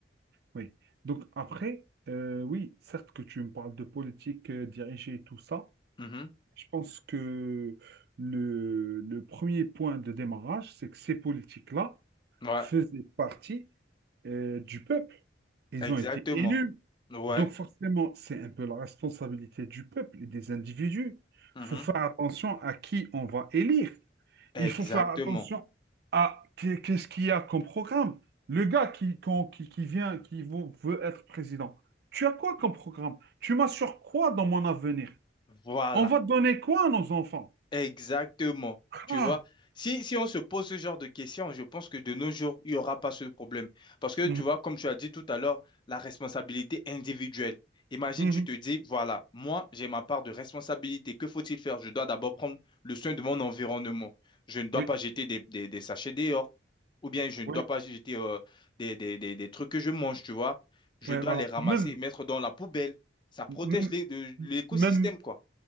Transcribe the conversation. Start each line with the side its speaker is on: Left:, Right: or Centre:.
Right: Oui. Donc après, euh, oui, certes que tu me parles de politique euh, dirigée et tout ça,
Left: Mhm.
Right: je pense que le, le premier point de démarrage, c'est que ces politiques-là
Left: Ouais,
Right: faisaient partie euh, du peuple. Ils
Left: exactement.
Right: ont été élus.
Left: Ouais.
Right: Donc forcément, c'est un peu la responsabilité du peuple et des individus.
Left: Mhm.
Right: Il faut faire attention à qui on va élire.
Left: Exactement.
Right: Il faut faire attention à qu'est- qu'est-ce qu'il y a comme programme. Le gars qui, qu'on- qui, qui vient, qui vou- veut être président, tu as quoi comme programme? Tu m'assures quoi dans mon avenir?
Left: Voilà.
Right: On va donner quoi à nos enfants?
Left: Exactement.
Right: Ah,
Left: Tu vois, si, si on se pose ce genre de questions, je pense que de nos jours, il n'y aura pas ce problème. Parce que,
Right: mhm,
Left: tu vois, comme tu as dit tout à l'heure, la responsabilité individuelle. Imagine,
Right: mhm.
Left: tu te dis, voilà, moi, j'ai ma part de responsabilité. Que faut-il faire? Je dois d'abord prendre le soin de mon environnement. Je ne dois
Right: Oui,
Left: pas jeter des, des- des sachets dehors. Ou bien, je ne
Right: oui,
Left: dois pas jeter euh, des, des- des- des trucs que je mange, tu vois. Je
Right: oui,
Left: dois
Right: voilà.
Left: les ramasser
Right: Même,
Left: et mettre dans la poubelle. Ça protège
Right: même,
Left: l'é- de- l'écosystème,
Right: même,
Left: quoi.